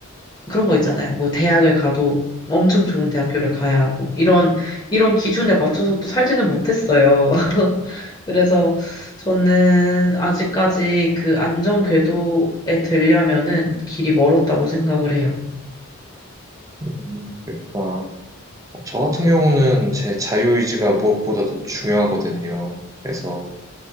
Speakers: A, on the left; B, on the right.
A: 그런 거 있잖아요. 뭐 대학을 가도 엄청 좋은 대학교를 가야 하고 이런 이런 기준에 맞춰서 또 살지는 못했어요. <laughs> 그래서 저는 아직까지 그 안전 궤도에 들려면은 길이 멀었다고 생각을 해요.
B: 음, 그렇구나. 어, 저 같은 경우는 제 자유의지가 무엇보다도 중요하거든요. 그래서